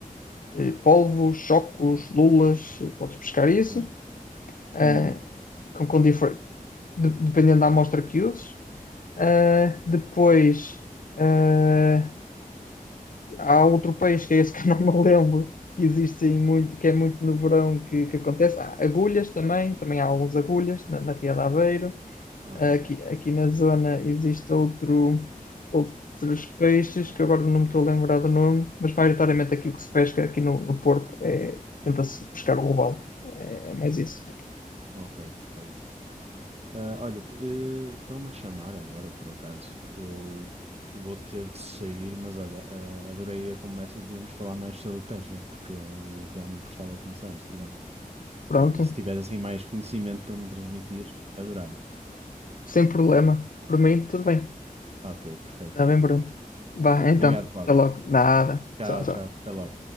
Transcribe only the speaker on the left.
eh, polvos, chocos, lulas. eh, Podes pescar isso.
uh,
com, com difer- de- dependendo da amostra que uses. Uh, depois... eh, Há outro peixe que é esse que eu não me lembro, que existe em muito, que é muito no verão que, que acontece. Há agulhas também, também há alguns agulhas na, na Ria de Aveiro.
Ah, Aqui, aqui na zona existe outro, outros peixes que agora não me estou a lembrar do nome, mas maioritariamente aqui o que se pesca aqui no, no Porto é tenta-se pescar o robalo. É, é mais isso.
Pronto,
sem problema. Por mim, tudo bem.
Está bem, Bruno. Vá,
então,
até logo. Nada.
Tchau, tchau.